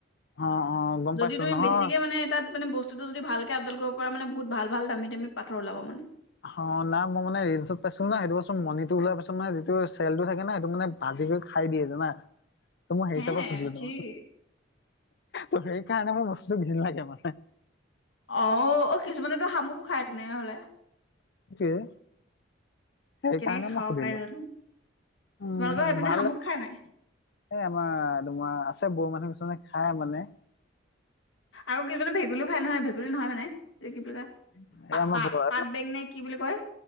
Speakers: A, on the left; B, on the left.
A: অ অ গম
B: যদি
A: পাইছো
B: তুমি
A: নহয়
B: বেছিকে মানে তাত মানে বস্তু বস্তুটো যদি ভালকে আপদাল কৰিব পৰা মানে বহুত ভাল ভাল দামী দামী পাথৰ ওলাব মানে।
A: অ, নাই মই মানে ৰিলচত পাইছিলো না সেইটো বস্তু মণিটো ওলিওৱা পাছত মানে যিটো চেলটো থাকে না সেইটো মানে ভাল। নিজে খাই দিয়ে জানা। তো' মই হেই
B: হে
A: হিচাপত সুধিলো তোমাক,
B: ঠিক
A: তো'সেইকাৰণে মোৰ বস্তু ঘিণ লাগে মানে।
B: অও, অ'কিছুমানতো শামুকো খায় তেনেকেহ'লে।
A: সেই, সেই
B: কেনেকে
A: কাৰণে
B: খাব
A: মই সুধিলো।
B: পাৰে জানো
A: উম
B: তোমালোকৰ সেইপিনে
A: ভাল
B: শামুক
A: লাগে,
B: খাই নাই
A: এ আমাৰ তোমাৰ আছে। বড়ো মানুহ কিছুমানে খাই মানে।
B: আৰু কিছুমানে ভেকুলীও খাই নহয় ভেকুলী ভেকুলি নহয় মানে, এই কি বুলি কয়
A: এই
B: পা
A: আমাৰ
B: পা
A: বড়ো
B: পাট বেং নে কি বুলি কয়।